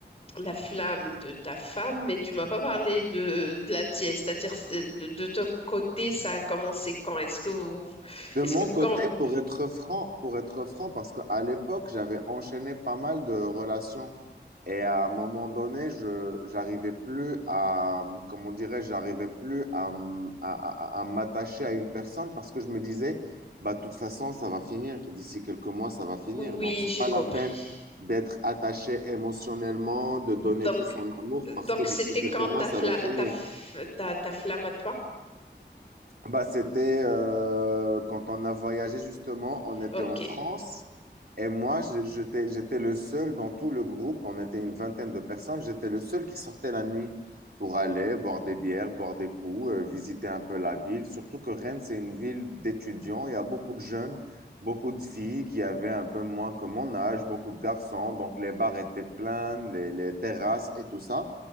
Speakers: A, on the left; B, on the right.
A: hum, la flamme de ta femme, mais tu m'as pas parlé de, de la tienne. C'est-à-dire, euh, de, de ton côté, ça a commencé quand? Est-ce que vous-
B: De
A: est-ce
B: mon
A: que
B: côté,
A: quand?
B: pour être franc, pour être franc, parce qu'à l'époque, j'avais enchaîné pas mal de relations et à un moment donné, je, j'arrivais plus à, comment dirais, j'arrivais plus à, m- à, à- à m'attacher à une personne parce que je me disais, bah, de toute façon, ça va finir. D'ici quelques mois, ça va finir.
A: Oui,
B: Donc, c'est
A: j'ai
B: pas
A: compris.
B: la peine d'être attaché émotionnellement, de donner
A: Donc,
B: tout son amour parce
A: Donc,
B: que d'ici
A: c'était
B: quelques
A: quand
B: mois,
A: ta,
B: ça
A: fla-
B: va finir.
A: ta, f- ta- ta flamme à toi?
B: Bah, c'était euh, quand on a voyagé justement, on était
A: Ok,
B: en France et moi, je- j'étais, j'étais le seul dans tout le groupe, on était une vingtaine de personnes, j'étais le seul qui sortait la nuit pour aller boire des bières, boire des coups, euh, visiter un peu la ville. Surtout que Rennes, c'est une ville d'étudiants, il y a beaucoup de jeunes, beaucoup de filles qui avaient un peu moins que mon âge, beaucoup de garçons, donc les bars étaient pleins, les les terrasses et tout ça.